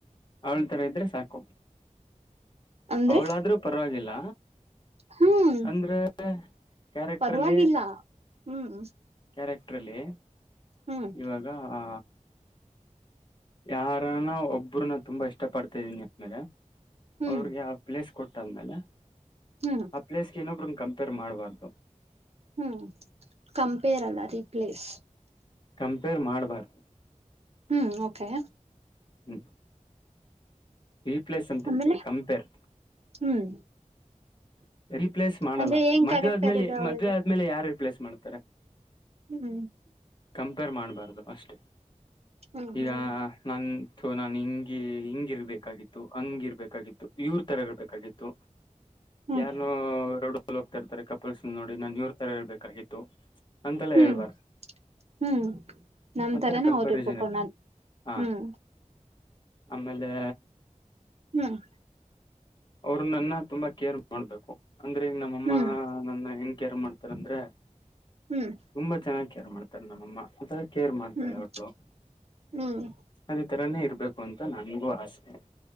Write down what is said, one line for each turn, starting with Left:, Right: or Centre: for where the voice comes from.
Left: ಅವಳ ತರ ಇದ್ರೆ ಸಾಕು.
Right: ಅಂದ್ರೆ
Left: ಅವ್ಳಾದ್ರೆ ಪರವಾಗಿಲ್ಲ.
Right: ಹ್ಮ್
Left: ಅಂದ್ರೆ ಕ್ಯಾರೆಕ್ಟರ್
Right: ಪರವಾಗಿಲ್ಲ
Left: ಅಲ್ಲಿ
Right: ಹ್ಮ್
Left: ಕ್ಯಾರೆಕ್ಟರ್ ಅಲ್ಲಿ.
Right: ಹ್ಮ್
Left: ಇವಾಗ ಆ ಯಾರನ್ನಾ ಒಬ್ರನಾ ತುಂಬಾ ಇಷ್ಟ ಪಡ್ತಾ ಇದೀನಿ ಅಂದ್ ಮೇಲೆ
Right: ಹ್ಮ್
Left: ಅವ್ರಗೆ ಆ ಪ್ಲೇಸ್ ಕೊಟ್ಟಾದ್ಮೇಲೆ
Right: ಹ್ಮ್
Left: ಆ ಪ್ಲೇಸಗ್ ಇನ್ನೊಬ್ರನ್ ಕಂಪೇರ್ ಮಾಡಬಾರ್ದು.
Right: ಹ್ಮು ಕಂಪೇರ್ ಅಲ್ಲ ರೀಪ್ಲೇಸ್.
Left: ಕಂಪೇರ್ ಮಾಡ್ಬಾರ್ದು.
Right: ಹ್ಮ್ ಓಕೆ
Left: ಹ್ಮ್ ರೀಪ್ಲೇಸ್ ಅಂತ
Right: ಆಮೇಲೆ
Left: ಹೇಳ್ತಿಲ್ಲ ಕಂಪೇರ್
Right: ಹ್ಮ್
Left: ರರಿಪ್ಲೇಸ್ ಮಾಡಲ್ಲ
Right: ಅಂದ್ರೆ ಏನ್
Left: ಮದ್ವೆ
Right: ಕ್ಯಾರೆಕ್ಟರ್
Left: ಆದ್ಮೇಲೆ
Right: ಇದೆ ಅವಳಿಗೆ
Left: ಮದ್ವೆ ಆದ್ಮೇಲೆ ಯಾರು ರಿಪ್ಲೇಸ್ ಮಾಡ್ತಾರೆ
Right: ಹ್ಮ್
Left: ಕಂಪೇರ್ ಮಾಡಬಾರ್ದು ಅಷ್ಟೇ
Right: ಹ್ಮ್
Left: ಈಗ
Right: ಹ್ಮ್
Left: ನನ್ ನಾನ್ ಹಿಂಗಿ ಹಿಂಗಿರ್ಬೇಕಾಗಿತ್ತು ಹಂಗಿರ್ಬೇಕಾಗಿತ್ತು ಇವ್ರ ತರ ಇರ್ಬೇಕಾಗಿತ್ತು
Right: ಹ್ಮ್
Left: ಯಾರೋ ರೋಡಲ್ಲಿ ಹೋಗ್ತಾರ್ತಾರೆ ಕಪಲ್ಸ್ ನೋಡಿ ನನ್ ಇವರ್ ತರ ಇರ್ಬೇಕಾಗಿತ್ತು ಅಂತೆಲ್ಲ
Right: ಹ್ಮ್
Left: ಹೇಳ್ಬಾರ್ದು
Right: ಹ್ಮ್ ನಮ್
Left: ಆತರ
Right: ತರಾನ
Left: ಕಂಪ್ಯಾರಿಸನ್
Right: ಅವ್ ಇರ್ಬೇಕು ಅನ್ನ
Left: ಹಾ
Right: ಹ್ಮ್
Left: ಆಮೇಲೆ
Right: ಹ್ಮ್
Left: ಅವ್ರನ್ನನ್ನ ತುಂಬಾ ಕೇರ್ ಮಾಡ್ಬೇಕು ಅಂದ್ರೆ ನಮ್ಮಅಮ್ಮ
Right: ಹ್ಮ್
Left: ನನ್ನ ಹೆ ಕೇರ ರ್ಮಾಡ್ತಾರಂದ್ರೆ
Right: ಹ್ಮ್
Left: ತುಂಬಾ ಚೆನ್ನಾಗಿ ಕೇರ್ ಮಾ ನಮ್ಮ ಅಮ್ಮ ಕೇರ್ ಮಾಡ್ತಾಳೆ
Right: ಹ್ಮ್
Left: ಅವಳು
Right: ಹ್ಮ್
Left: ಅದೇ ತರಾನೇ ಇರ್ಬೇಕು ಅಂತ ನನಿಗೂ ಆಸೆ